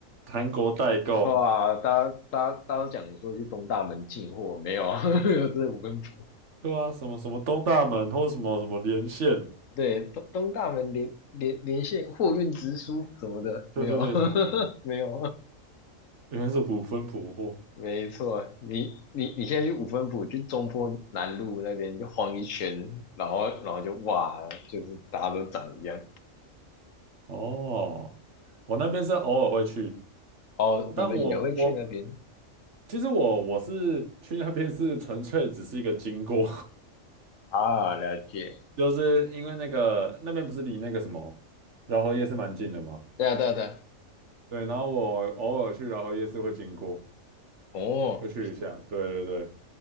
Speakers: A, on the right (about 60°); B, on the left (about 75°).
A: 韩国代购，
B: <laughs> 哇，大家大家大家都讲说去东大门进货，没有，<laughs> 没有这五分埔，
A: 对啊，什么什么东大门或者什么什么连线，
B: 对，东东大门连连连线货运直输什么的，
A: 对对对，
B: 没有，<laughs>
A: 什么的，
B: 没有。
A: 原来是虎分普货。
B: 没错，你你你现在去五分埔，去中坡南路那边就晃一圈，然后然后就哇，就是大家都长一样。
A: 哦，我那边是偶尔会去，
B: 哦，
A: 我但我我
B: 你们也会去那边
A: 其实我我是去那边是纯粹只是一个经过，
B: 啊？了解。
A: <laughs> 就是因为那个那边不是离那个什么饶河夜市蛮近的吗？
B: 对啊，对啊，对啊。
A: 对，然后我偶尔去饶河夜市会经过，
B: 哦，
A: 会去一下，对对对，